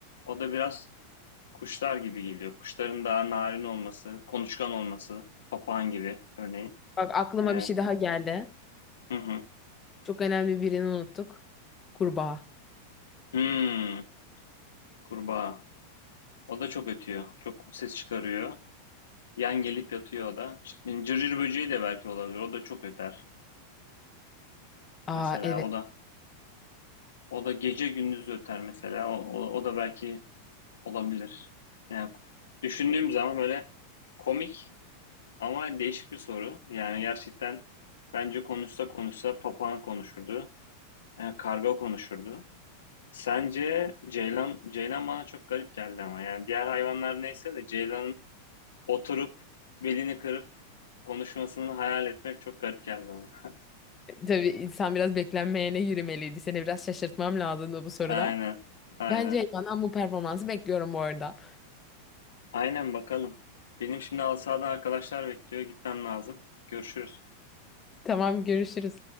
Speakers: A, on the left; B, on the left.
A: O da biraz kuşlar gibi geliyor. Kuşların daha narin olması, konuşkan olması, papağan gibi örneğin.
B: Bak aklıma
A: E,
B: bir şey daha geldi.
A: hı hı.
B: Çok önemli birini unuttuk. Kurbağa.
A: Hmm, kurbağa. O da çok ötüyor, çok ses çıkarıyor. Yan gelip yatıyor o da. İşte Cırcır böceği de belki olabilir. O da çok öter.
B: Aa
A: Mesela
B: evet.
A: o da o da gece gündüz öter mesela. O, o, o da belki olabilir. Yani düşündüğüm zaman böyle komik ama değişik bir soru. Yani gerçekten bence konuşsa konuşsa papağan konuşurdu. e, karga konuşurdu. Sence ceylan ceylan bana çok garip geldi ama yani diğer hayvanlar neyse de ceylanın oturup belini kırıp konuşmasını hayal etmek çok garip geldi bana.
B: Tabii insan biraz beklenmeyene yürümeliydi. Seni biraz şaşırtmam lazımdı bu soruda.
A: Aynen. Aynen.
B: Bence Elvan'dan bu performansı bekliyorum bu arada.
A: Aynen bakalım. Benim şimdi halı sahadan arkadaşlar bekliyor. Gitmem lazım. Görüşürüz.
B: Tamam görüşürüz.